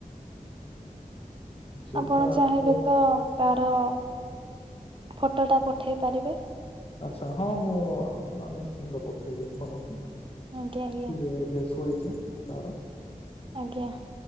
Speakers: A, on the left; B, on the right.
A: ସେଇଟା
B: ଆପଣ ଚାହିଁବେ ତ ତାର - ଫଟୋଟା ପଠେଇ ପାରିବେ।
A: ଆଛା ହଁ ମୁଁ ନିଶ୍ଚିନ୍ତ ପଠେଇବି ଆପଣଙ୍କୁ।
B: ଆଜ୍ଞା ଆଜ୍ଞା
A: ଇଏ ଏବେ ଶୋଇଛି ତାର।
B: ଆଜ୍ଞା